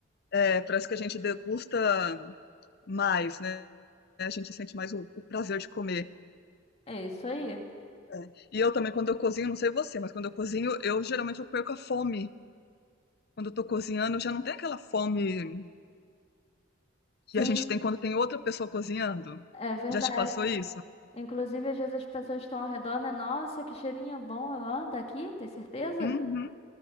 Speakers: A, on the left; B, on the left.
A: é, parece que a gente degusta mais, né? A gente sente mais o, o prazer de comer.
B: É isso aí.
A: É. E eu também, quando eu cozinho, não sei você, mas quando eu cozinho, eu geralmente eu perco a fome. Quando eu tô cozinhando, eu já não tem aquela fome que
B: Sim,
A: a gente tem quando tem outra pessoa cozinhando.
B: é verdade.
A: Já te passou isso?
B: Inclusive, às vezes as pessoas estão ao redor, né? Nossa, que cheirinho bom, ó, daqui, tem certeza?
A: Uhum.